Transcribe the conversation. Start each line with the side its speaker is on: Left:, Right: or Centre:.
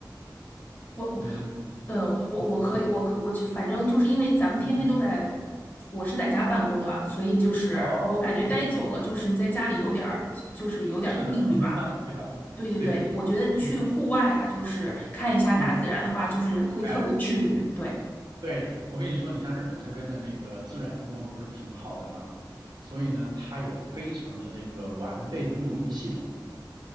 Left: 我我
Right: 你能，
Left: 呃我我可以我可我就反正就是因为咱们天天都在，
Right: 嗯嗯嗯，
Left: 我是在家办公了，所以就是我感觉待久了，
Right: 是哦，挺好，
Left: 就是在家里有点儿就是有点儿抑郁吧。
Right: 是的，很闷嘛，对吧？
Left: 对对对，
Right: 对，
Left: 我觉得去户外啊，
Right: 嗯
Left: 就是看一下大自然的话，
Right: 嗯。
Left: 就是会特别治愈。
Right: 哎。
Left: 对
Right: 对，我跟你说，你像日本这边的那个自然风光不是挺好的嘛，所以呢，它有非常的这个完备的露营系统，